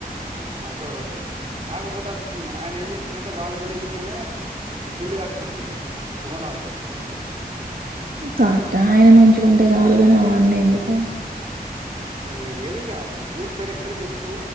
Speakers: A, on the right (about 35°); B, on the right (about 65°).
A: అంత ఓకే కాకపోతే ఆయన ఏం చేస్తుండంటే వాళ్ళ విలేజ్లోనే ఇల్లు కట్టుకుంటుండు ఓన్ హౌస్
B: కట్టాఆయన మంచిగా ఉంటే చాలుగాని అవన్నీ ఎందుకు
A: అ లేదు ఇగా ఊరి పేరు ఎక్కడ చెప్పు